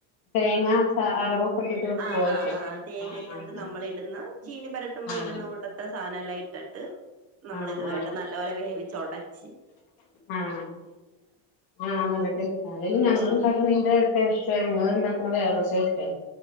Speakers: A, on the left; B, on the right.
A: തേങ്ങ ച അരവൊക്കെ ഇട്ടിട്ട് വെക്കോയ്ച്ച
B: ആഹ് ആഹ് ആഹ് തേങ്ങക്കത്ത്
A: ആഹ്
B: നമ്മള് ഇട്ന്ന ചീനി മരത്ത്
A: ആഹ്
B: ഇട്ന്ന കൂട്ടത്ത് സാധനല്ലാം ഇട്ടിട്ട് നമ്മള്
A: ആഹ്
B: ഇതുവായിട്ട്
A: ആഹ്
B: നല്ലോലെ വേവിച്ചൊടച്ചി
A: ആഹ് ആ നല്ല ടെ അല്ലല്
B: ഉം
A: ഞങ്ങള്ണ്ടാക്കുന്നന്റെ
B: ഉം
A: ടേ പക്ഷെ ഇങ്ങള്ണ്ടാക്ക്ണെ വേറൊരു ടേസ്റ്റാണ്